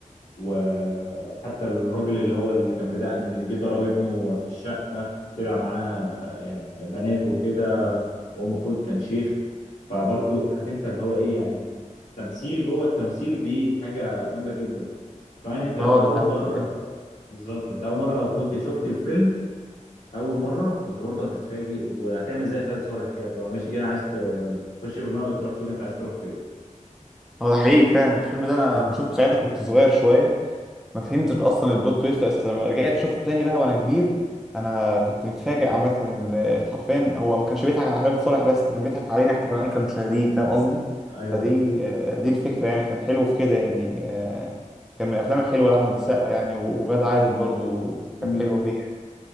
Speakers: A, on the left; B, in the centre.
A: وحتى الراجل اللي هو اللي كان بدقن اللي جه ضرب ابنه في الشقة طلع معاه يعني بنات وكده هو المفروض كان شيخ فبرضه عارف انت اللي هو ايه يعني تمثيل جوه التمثيل دي حاجه جامده جدا كمان انت لو
B: اه
A: اول
B: ده حقيقي
A: مره
B: فعلا
A: بالظبط انت اول مره لو كنت شفت الفيلم اول مره كنت برضه هتتفاجئ وهتعمل زي خالد صالح كده تبقى ماشي كده عايز ت- تخش في الماء وتروح تشوف انت عايز تروح فين
B: هو ده حقيقي فعلا الفيلم ده انا
A: مم.
B: ما شفته ساعتها كنت صغير شويه ما فهمتش اصلا البلوت تويست بس لما رجعت شفته تاني بقى وانا كبير انا كنت متفاجئ عامه ان حرفيا هو ما كانش بيضحك على خالد صالح بس كان بيضحك علينا احنا كمان كمشاهدين فاهم قصدي
A: ايوه
B: فدي آه، دي الفكره يعني كان حلو في كده يعني آه، كان من الافلام الحلوه لاحمد السقا يعني وغادة عادل برضو
A: مم.
B: كانت حلوه فيه